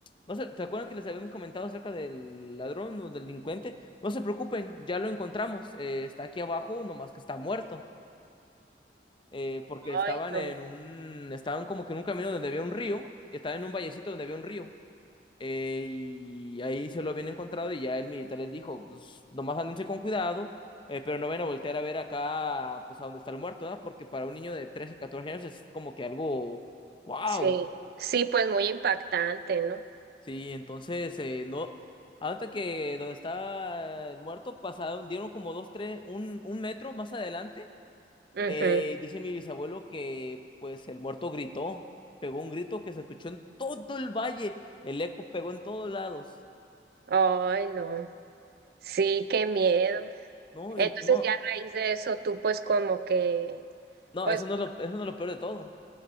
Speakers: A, on the left; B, on the right.
A: no se, ¿te acuerdan que les habíamos comentado acerca del ladrón o del delincuente? No se preocupen, ya lo encontramos, eh, está aquí abajo, nomás que está muerto eh, porque estaban
B: Ay, no.
A: en un, estaban como que en un camino donde había un río, estaban en un vallecito donde había un río, eh, y ahí se lo habían encontrado y ya el militar les dijo, pues nomás ándense con cuidado, eh, pero no vayan a voltear a ver acá, pues a donde está el muerto, ¿verdad? Porque para un niño de 13 14 años es como que algo, wow,
B: Sí, sí, pues muy impactante, ¿no?
A: sí, entonces eh, no... Hasta que donde estaba el muerto pasaron, dieron como dos, tres, un, un metro más adelante
B: Ujú.
A: Eh, dice mi bisabuelo que pues el muerto gritó, pegó un grito que se escuchó en todo el valle, el eco pegó en todos lados.
B: Ay, no. Sí, qué miedo.
A: No,
B: Entonces,
A: y no,
B: ya a raíz de eso, tú pues como que,
A: no,
B: pues,
A: eso no es lo, eso no es lo peor de todo.